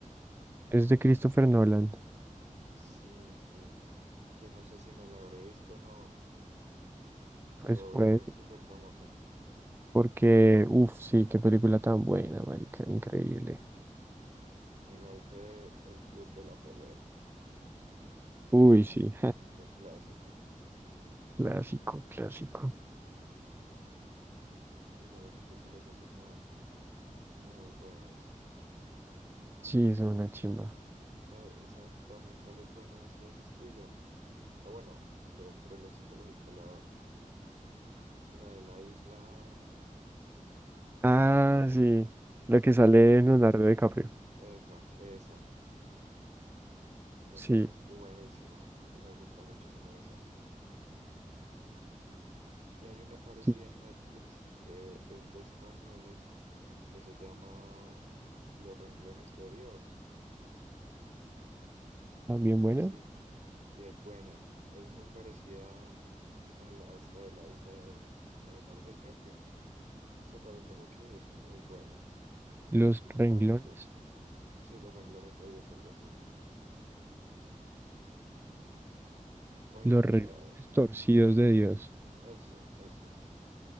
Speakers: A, on the right; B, on the right.
A: Es de Christopher Nolan.
B: sí, sí. que no sé si me la habré visto o no, pero
A: Pues
B: obviamente
A: pues,
B: es súper famosa.
A: porque, uff, sí, qué película tan buena, marica, increíble.
B: Igual que El Club de la Pelea,
A: Uy, sí,
B: otro clásico.
A: <laughs> clásico, clásico.
B: Sí, pues las películas así son muy buenas.
A: Sí, es una chimba.
B: Ta- ¿Sabe también cuál es buena así de ese estilo? O bueno, de un thriller psicológico, la, ay, la de la isla,
A: Ah, sí. La que
B: la,
A: sale en Leonardo DiCaprio.
B: epa, esa, esa
A: Sí,
B: es buenísima. Me gusta muchísimo esa. Y hay una parecida
A: Sí,
B: en Netflix que es de españoles que se llama Los renglones de Dios,
A: también
B: algo
A: buena.
B: así. Y es buena, es muy parecida a, la, a esta de la isla de Leonardo DiCaprio. Se parece mucho y es muy buena.
A: Los
B: No
A: renglones,
B: tanto, sí, Los renglones de Dios, algo así. Obviamente
A: los renglones
B: la,
A: torcidos de Dios.
B: eso, eso.